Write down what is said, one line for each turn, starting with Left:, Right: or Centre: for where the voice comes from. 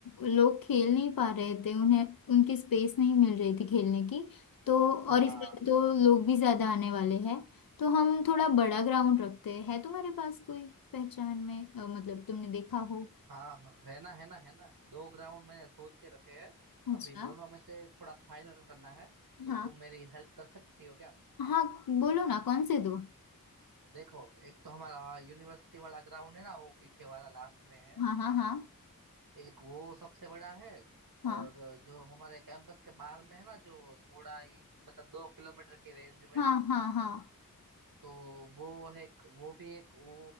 Left: लोग खेल नहीं पा रहे थे उन्हें उनकी स्पेस नहीं मिल रही थी खेलने की तो और
Right: हाँ
Left: इस बार तो लोग भी ज़्यादा आने वाले हैं तो हम थोड़ा बड़ा ग्राउंड रखते हैं है तुम्हारे पास कोई पहचान में अ, मतलब तुमने देखा हो
Right: हाँ हाँ, है ना है ना है ना दो ग्राउंड मैंने सोच के रखे हैं
Left: अच्छा
Right: अभी दोनों में से थोड़ा फाइनल करना है तो
Left: हाँ
Right: तुम मेरी हेल्प कर सकती हो क्या
Left: हाँ बोलो ना कौन से दो
Right: देखो एक तो हमारा यूनिवर्सिटी वाला ग्राउंड है ना वो पीछे वाला लास्ट में है
Left: हाँ हाँ हाँ
Right: एक वो सबसे बड़ा है
Left: हाँ
Right: और जो हमारे कैंपस के बाहर में है ना जो थोड़ा ही मतलब दो किलोमीटर के रेंज में
Left: हाँ हाँ हाँ
Right: तो वो है एक- वो भी एक वो